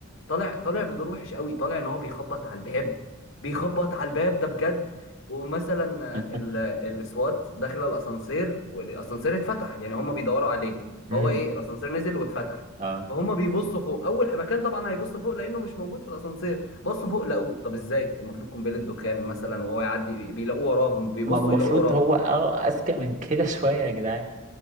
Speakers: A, on the left; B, on the right.
A: طالع طالع بدور وحش قوي طالع ان هو بيخبط على الباب بيخبط على الباب ده بجد ومثلا آه،
B: <laughs>
A: ال- السوات داخل الاسانسير والاسانسير اتفتح يعني هم بيدوروا عليه فهو
B: امم
A: ايه الاسانسير نزل واتفتح
B: اه
A: فهم بيبصوا فوق اول مكان طبعا هيبصوا فوق لانه مش موجود في الاسانسير بصوا فوق لقوه طب ازاي المفروض قنبله دخان مثلا وهو يعدي بي- بيلاقوه وراهم بيبصوا
B: ما هو المفروض
A: يلاقوه وراهم
B: هو اه اذكى من كده شويه يا جدعان